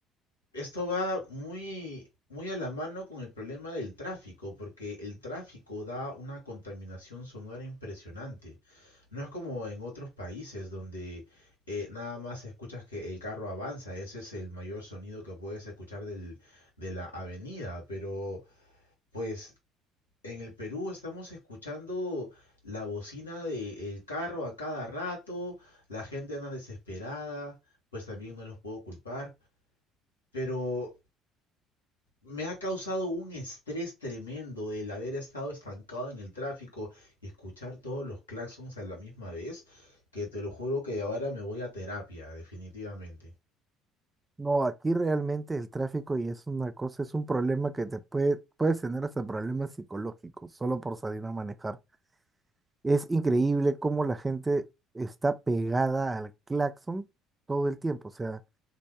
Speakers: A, on the left; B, on the right.
A: esto va muy, muy a la mano con el problema del tráfico, porque el tráfico da una contaminación sonora impresionante. No es como en otros países donde eh, nada más escuchas que el carro avanza, ese es el mayor sonido que puedes escuchar del- de la avenida, pero pues en el Perú estamos escuchando la bocina del carro a cada rato, la gente anda desesperada, pues también no los puedo culpar, pero me ha causado un estrés tremendo el haber estado estancado en el tráfico y escuchar todos los claxons a la misma vez, que te lo juro que ahora me voy a terapia, definitivamente.
B: No, aquí realmente el tráfico y es una cosa, es un problema que te puede, puedes tener hasta problemas psicológicos solo por salir a manejar. Es increíble cómo la gente está pegada al claxon todo el tiempo. O sea,